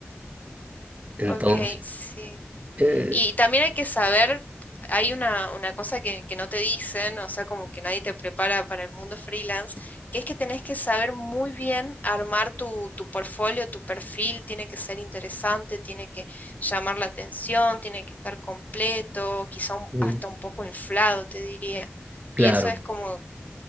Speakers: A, on the right; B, on the left.
A: Entonces,
B: ok, sí.
A: eh,
B: Y también hay que saber, hay una, una cosa que, que no te dicen, o sea, como que nadie te prepara para el mundo freelance, que es que tenés que saber muy bien armar tu, tu portfolio, tu perfil, tiene que ser interesante, tiene que llamar la atención, tiene que estar completo, quizá un-
A: mm,
B: hasta un poco inflado, te diría.
A: claro,
B: Y eso es como